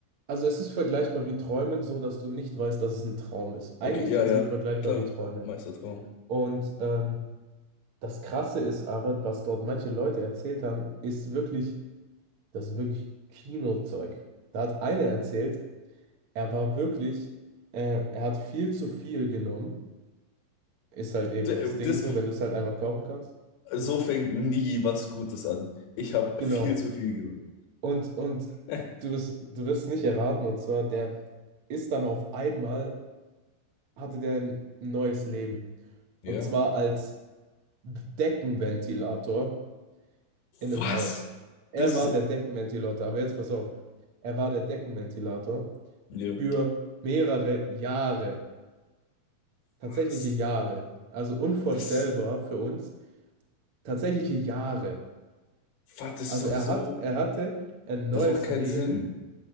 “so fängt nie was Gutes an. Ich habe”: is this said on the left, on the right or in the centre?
Left